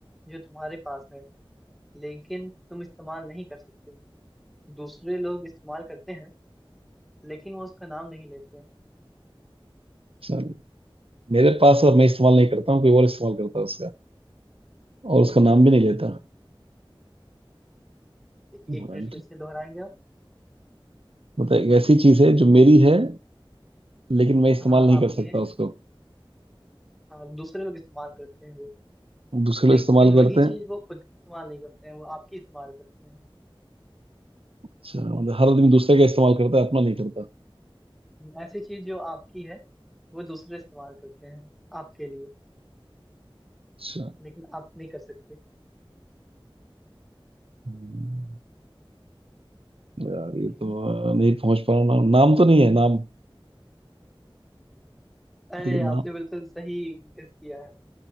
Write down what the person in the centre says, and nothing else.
जो तुम्हारे पास है लेकिन तुम इस्तेमाल नहीं कर सकते दूसरे लोग इस्तेमाल करते हैं लेकिन वो उसका नाम नहीं लेते हैं
एक
मिनट फिर से दोहराएंगे आप
हाँ
आपकी
है
हाँ, दूसरे लोग इस्तेमाल करते हैं वो
लेकिन
वही
चीज वो खुद इस्तेमाल नहीं करते हैं वो आपकी इस्तेमाल करते
हैं ऐसी चीज जो आपकी है वो दूसरे इस्तेमाल करते हैं आपके लिए
लेकिन आप नहीं कर सकते
हम्म।
अरे
आपने
बिल्कुल सही गेस किया है